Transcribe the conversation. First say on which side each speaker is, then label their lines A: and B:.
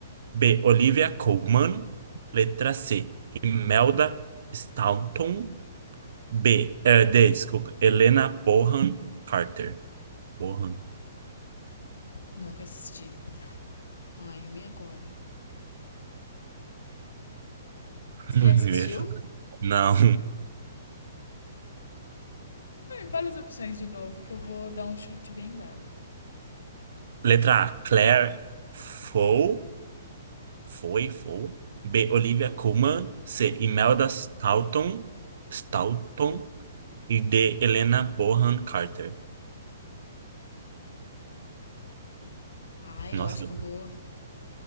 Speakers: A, on the right (about 55°); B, on the left (about 65°).
A: B. Olivia Colman. Letra C. Imelda Staunton. B, eh, D, desculpa. Helena Bonham Carter. Bonham.
B: Nunca assisti. Ai, me agora.
A: <laughs>
B: Você já assistiu?
A: Isso. Não.
B: Fala as opções de novo que eu vou dar um chute bem dado.
A: Letra A, Claire Foy. Foi, Foy. B, Olivia Colman. C, Imelda Staunton. Staunton. E D, Helena Bonham Carter.
B: Ai,
A: Nossa.
B: eu acho que eu vou.